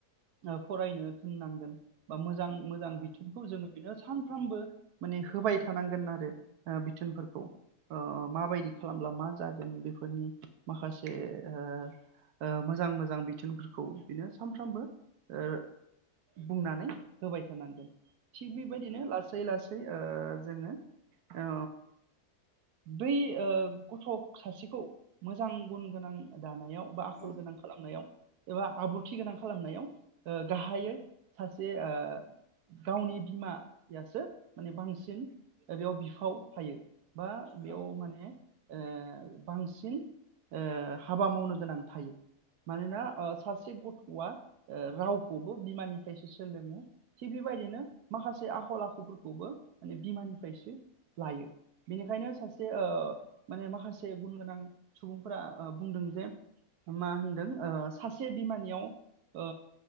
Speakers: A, on the right; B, on the left.
A: ओ फरायनो थोननांगोन। बा मोजां -मोजां बिथोनखौ जोङो बिनो सान फ्रामबो माने होबाय थानांगोन आरो ओ बिथोनफोरखौ। ओ माबायदि
B: औ
A: खालामब्ला मा जागोन बेफोरनि माखासे ओ ओ मोजां -मोजां बिथोनफोरखौ बिनो सानफ्रामबो ओ बुंनानै होबाय थानांगोन। थिग बेबायदिनो लासै- लासै ओ जोङो ओ बै ओ गथ' सासेखौ मोजां गुन गोनां दानायाव बा आखल
B: औ
A: गोनां खालामनायाव एबा आब्रुथि गोनां खालामनायाव गाहायै ओ सासे ओ गावनि बिमायासो माने बांसिन बेयाव बि फाव थायो। बा बेयाव
B: औ
A: माने ओ बांसिन ओ हाबा मावनो गोनां थायो मानोना ओ सासे गथ'आ रावखौबो बिमानिफ्रायसो सोलोङो थिग बेबायदिनो माखासे आखल- आखुफोरखौबो माने बिमानिफ्रायसो लायो बेनिखायनो सासे ओ माने माखासे गुन गोनां सुबुंफोरा बुंदों जे मा होनदों ओ सासे बिमानियाव ओ